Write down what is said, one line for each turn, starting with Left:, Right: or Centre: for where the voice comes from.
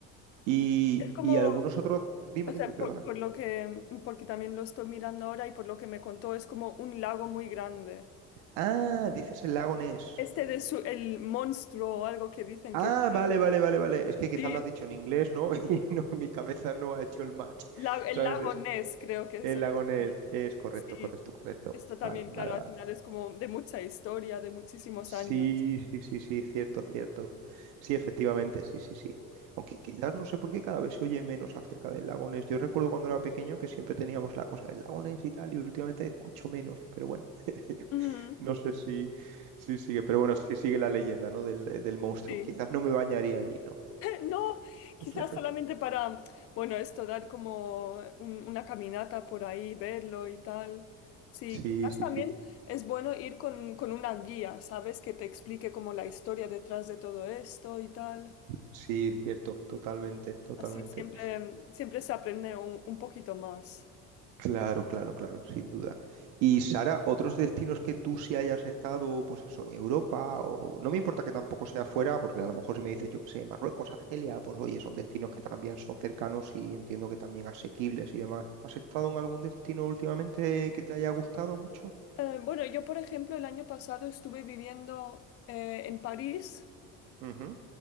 Right: Y,
Left: Es como,
Right: y algunos otros... Dime,
Left: o sea,
Right: dime, perdona.
Left: por, por lo que, porque también lo estoy mirando ahora y por lo que me contó, es como un lago muy grande.
Right: Ah, dices el lago Ness.
Left: Este de su, el monstruo o algo que dicen
Right: Ah,
Left: que vive.
Right: vale, vale, vale, vale. Es que quizás
Left: Sí,
Right: lo has dicho en inglés, ¿no? <laughs> Y no, mi cabeza no ha hecho el match.
Left: la- el
Right: ¿Sabes?
Left: lago
Right: Es
Left: Ness creo que es.
Right: el
Left: en
Right: lago Ness. Es correcto,
Left: Sí,
Right: correcto, correcto.
Left: esto también,
Right: Vale,
Left: claro,
Right: vale, vale.
Left: al final es como de mucha historia, de muchísimos
Right: Sí,
Left: años.
Right: sí, sí, sí, cierto, cierto. Sí, efectivamente, sí, sí, sí. Aunque quizás no sé por qué cada vez se oye menos acerca del lagones. Yo recuerdo cuando era pequeño que siempre teníamos la cosa del lagones y tal, y últimamente escucho menos, pero bueno, <laughs>
Left: Ujú,
Right: no sé si, si sigue, pero bueno, sí sigue la leyenda, ¿no? Del, del monstruo.
Left: Sí.
Right: Quizás no me bañaría allí, ¿no?
Left: No, quizás
Right: O sea que-
Left: solamente para, bueno, esto, dar como un- una caminata por ahí, verlo y tal. Sí,
Right: Sí,
Left: quizás
Right: sí,
Left: también
Right: sí,
Left: es bueno ir con, con una guía, ¿sabes? Que te explique como la historia detrás de todo esto y tal.
Right: sí, cierto, totalmente, totalmente.
Left: Así siempre, siempre se aprende un, un poquito más.
Right: Claro, claro, claro, sin duda. Y Sara, otros destinos que tú sí hayas estado, pues eso, en Europa, o no me importa que tampoco sea fuera, porque a lo mejor si me dices, yo que sé, Marruecos, Argelia, pues oye, son destinos que también son cercanos y entiendo que también asequibles y demás. ¿Has estado en algún destino últimamente que te haya gustado mucho?
Left: Eh, bueno, yo, por ejemplo, el año pasado estuve viviendo eh, en París
Right: Ujú.